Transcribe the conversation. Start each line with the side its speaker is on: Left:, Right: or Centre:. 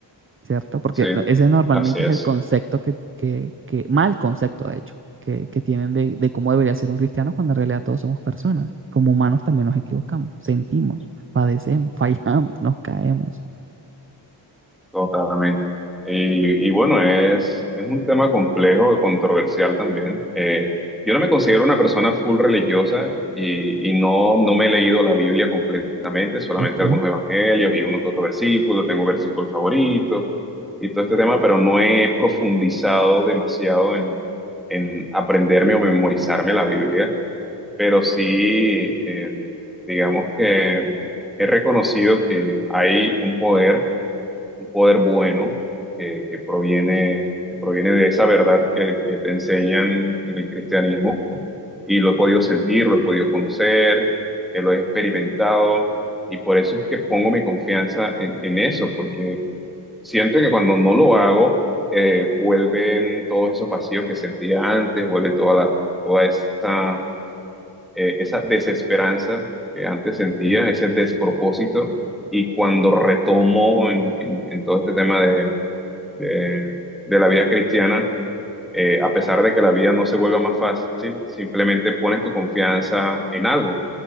Right: ¿cierto? Porque
Centre: sí,
Right: ese normalmente
Centre: así es.
Right: es el concepto que, que, que mal concepto, de hecho, que, que tienen de, de cómo debería ser un cristiano cuando en realidad todos somos personas. Como humanos también nos equivocamos, sentimos, padecemos, <laughs> fallamos, nos caemos.
Centre: Totalmente. Y, y bueno, es, es un tema complejo, controversial también. Eh, yo no me considero una persona full religiosa y, y no, no me he leído la Biblia completamente, solamente
Right: Ok.
Centre: algunos evangelios y uno que otro versículo, tengo versículos favoritos y todo este tema, pero no he profundizado demasiado en, en aprenderme o memorizarme la Biblia, pero sí, eh, digamos que he reconocido que hay un poder un poder bueno que, que proviene, que proviene de esa verdad que, que te enseñan en el cristianismo y lo he podido sentir, lo he podido conocer, eh, lo he experimentado y por eso es que pongo mi confianza en, en eso, porque siento que cuando no lo hago, eh, vuelven todos esos vacíos que sentía antes, vuelve toda la, toda esa, eh, esa desesperanza que antes sentía, ese despropósito. Y cuando retomo en, en en todo este tema de, de la vida cristiana eh, a pesar de que la vida no se vuelva más fácil, simplemente pones tu confianza en algo,